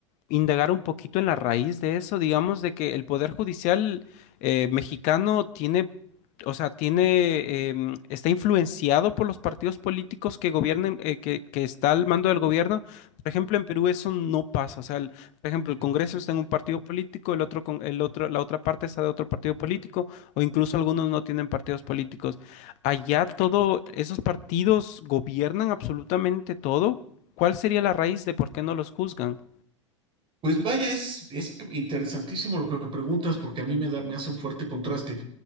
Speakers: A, on the left (about 45°); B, on the right (about 35°).
A: indagar un poquito en la raíz de eso, digamos, de que el Poder Judicial eh, mexicano tiene, o sea, tiene, em, está influenciado por los partidos políticos que gobiernen, eh, que, que está al mando del gobierno. Por ejemplo, en Perú eso no pasa. O sea, el- por ejemplo, el
B: Sí.
A: Congreso está en un partido político, el otro, con- el otro, la otra parte está de otro partido político, o incluso algunos no tienen partidos políticos. Allá todo, esos partidos gobiernan absolutamente todo. ¿Cuál sería la raíz de por qué no los juzgan?
B: Pues vaya, es, es interesantísimo lo que me preguntas porque a mí me da, me hace un fuerte contraste.